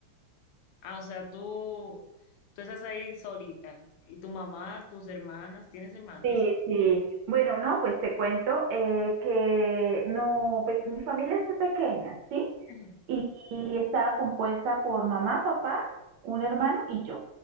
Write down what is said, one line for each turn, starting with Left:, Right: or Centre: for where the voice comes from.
Left: Ah, o sea, tú, tú estás ahí solita. ¿Y tu mamá, tus hermanas? ¿Tienes hermanas?
Right: Sí, sí. Bueno, no, pues te cuento eh, que no, pues mi familia es muy pequeña, ¿sí?
Left: Ujú.
Right: Y, y está compuesta por mamá, papá, un hermano y yo.